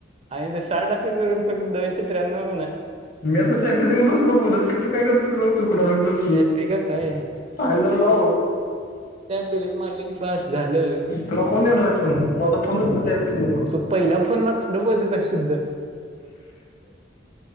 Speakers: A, on the right; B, on the left.
A: आणि जर साठ करून फक्त दोनशे त्र्यान्नव म्हणा.
B: मी आता सेपी सिंग बसलो बोलत की तू काय. <unintelligible>
A: सेफिक काय आहे.
B: चाल्या लाव
A: डिलीट मारले की बास झालं
B: तुला कोण देणार आहे फोन माझ फोन. <unintelligible>
A: तु पहिल्या फोनला कसलं बोलतो त शुद्ध.